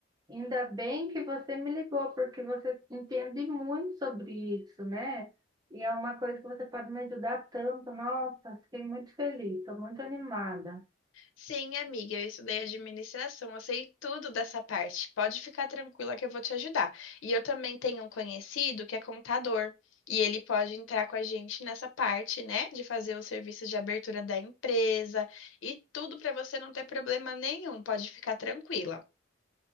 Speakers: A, on the right; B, on the left.
A: Ainda bem que você me ligou, porque você entende muito sobre isso, né? E é uma coisa que você pode me ajudar tanto. Nossa, fiquei muito feliz, estou muito animada.
B: Sim, amiga, eu estudei administração, eu sei tudo dessa parte. Pode ficar tranquila que eu vou te ajudar. E eu também tenho um conhecido que é contador, e ele pode entrar com a gente nessa parte, né, de fazer o serviço de abertura da empresa e tudo para você não ter problema nenhum. Pode ficar tranquila.